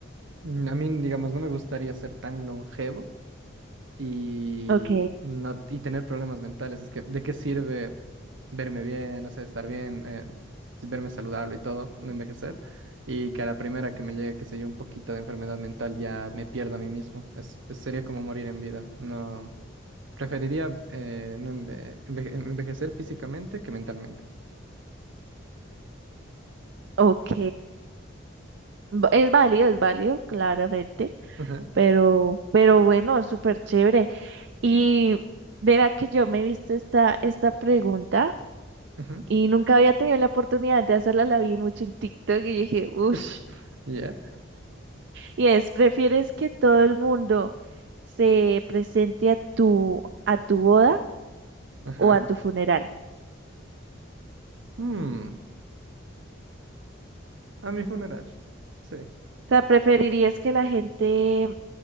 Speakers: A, on the right; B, on the right.
A: mm, a mí, digamos, no me gustaría ser tan longevo y,
B: Ok,
A: no, y tener problemas mentales. Es que, ¿de qué sirve verme bien, o sea, estar bien, eh, verme saludable y todo, no envejecer? Y que a la primera que me llegue, qué sé yo, un poquito de enfermedad mental, ya me pierda a mí mismo. Es, pues, sería como morir en vida. No. Preferiría eh, no enve- enveje- envejecer físicamente que mentalmente.
B: ok. Va- Es válido, es válido, claramente,
A: Ajá,
B: pero, pero bueno, es súper chévere. Y verá que yo me he visto esta, esta pregunta
A: ajá.
B: y nunca había tenido la oportunidad de hacerla, la vi mucho en TikTok y yo dije, uff,
A: <laughs> Ya.
B: y es, ¿prefieres que todo el mundo se presente a tu, a tu boda
A: Ajá.
B: o a tu funeral?
A: Mm, a mi funeral. Sí.
B: O sea, ¿preferirías que la gente